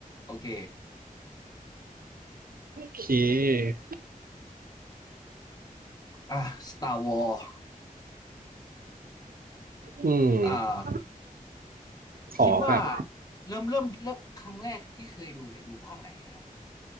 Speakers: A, on the left; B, on the right.
A: โอเค
B: ค
A: อ่ะ Star Wars
B: อืม
A: อ่า
B: ขอแบบ
A: คิดว่าเริ่มเริ่มเริ่มครั้งแรกที่เคยดูเนี่ยดูภาคไหนอะฮะ